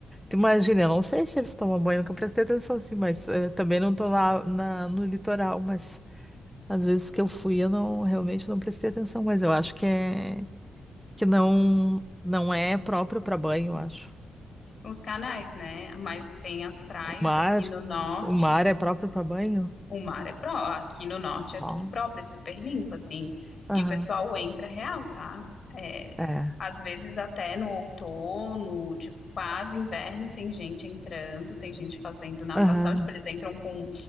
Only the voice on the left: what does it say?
Os canais, né? Mas tem as praias
aqui no norte
O mar é próprio. Aqui no norte é tudo
próprio, é super limpo, assim.
E o pessoal entra real, tá? É,
às vezes até no outono, tipo, quase inverno, tem gente entrando, tem gente fazendo natação.
Tipo, eles entram com